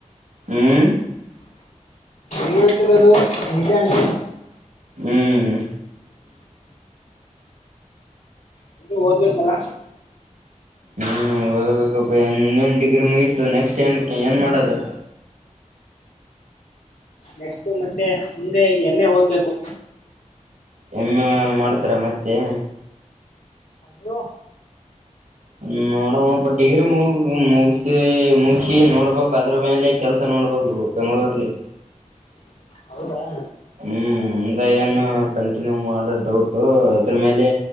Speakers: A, on the right (about 80°); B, on the left (about 80°).
A: ಹ್ಮ್
B: ಹೇಳ್ತಿರೋದು ನಿಜಾನೇ
A: ಹ್ಮ್
B: ರು ಓದ್ಬೇಕಲ್ಲ
A: ಹ್ಮ್ ಹಬೇಕಪ್ಪ ಇನ್ನೇನ್ ಡಿಗ್ರಿ ಮುಯತು ನೆಕ್ಸ್ಟ್ ಏನ್ ಏನ್ ಮಾಡೋದು
B: ನೆಕ್ಸ್ಟ್ ಮತ್ತೆ ಮುಂದೆ ಏಮ್ ಏ ಓದ್ಬೇಕು.
A: ಏಮ್ ಏ ಮಾಡ್ತೀರಾ ಮತ್ತೆ -
B: ನೀವು
A: ಹ ನೋಡುವಾ ಬಟ್ ಡಿಗ್ರಿ ಮುಗ ಮುಗ್ಸಿ ಮುಗಸಿ ನೋಡ್ಬಕ್ ಅದ್ರ ಮೇಲೆ ಕೆಲ್ಸ ನೋ ನೋಡ್ಬೇಕು ಬೆಂಗಳೂರಲ್ಲಿ.
B: ಹೌದಾ
A: ಹ್ಮ್ ಇದ ಏನು ಕಂಟಿನ್ಯೂ ಮಾಡೋದ ಡೌಟು ಅದ್ರ ಮೇಲೆ